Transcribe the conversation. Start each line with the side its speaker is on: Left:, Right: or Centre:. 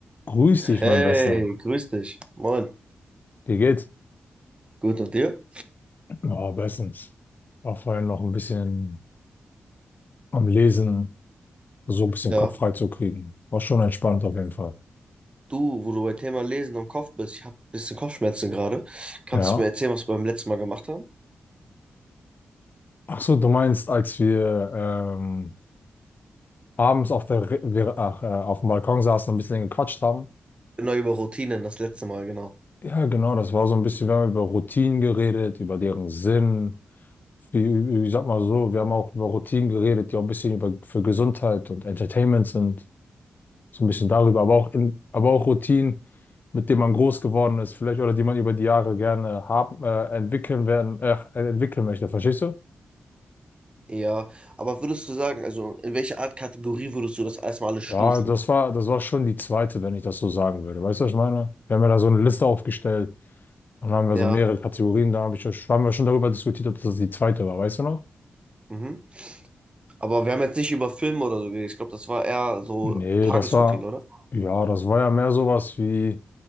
Left: Grüß dich,
Right: Hey,
Left: mein Bester.
Right: grüß dich. Moin.
Left: Wie geht's?
Right: Gut und dir?
Left: Ja, bestens. War vorhin noch ein bisschen am Lesen, so ein bisschen
Right: Ja.
Left: Kopf frei zu kriegen. War schon entspannt auf jeden Fall.
Right: Du, wo du beim Thema Lesen und Kopf bist, ich habe ein bisschen Kopfschmerzen gerade. Kannst
Left: Ja.
Right: du mir erzählen, was wir beim letzten Mal gemacht haben?
Left: Ach so, du meinst, als wir ähm, abends auf der, Re- wir, ach, äh, auf dem Balkon saßen und ein bisschen gequatscht haben?
Right: Genau über Routinen, das letzte Mal, genau.
Left: Ja, genau. Das war so ein bisschen, wir haben über Routinen geredet, über deren Sinn. Wie, ich sag mal so, wir haben auch über Routinen geredet, die auch ein bisschen über, für Gesundheit und Entertainment sind. So ein bisschen darüber, aber auch in, aber auch Routinen, mit denen man groß geworden ist, vielleicht oder die man über die Jahre gerne haben, äh, entwickeln werden, äh, entwickeln möchte. Verstehst du?
Right: Ja, aber würdest du sagen, also in welche Art Kategorie würdest du das erstmal alles stufen?
Left: Ja, das war, das war schon die zweite, wenn ich das so sagen würde. Weißt du, was ich meine? Wir haben ja da so eine Liste aufgestellt und dann haben wir
Right: Ja.
Left: so mehrere Kategorien, da hab ich, schon- haben wir schon darüber diskutiert, ob das die zweite war, weißt du noch?
Right: Mhm. Aber wir haben jetzt nicht über Filme oder so geredet. Ich glaube, das war eher so
Left: Nee,
Right: Tagesroutine,
Left: das war,
Right: oder?
Left: ja, das war ja mehr sowas wie,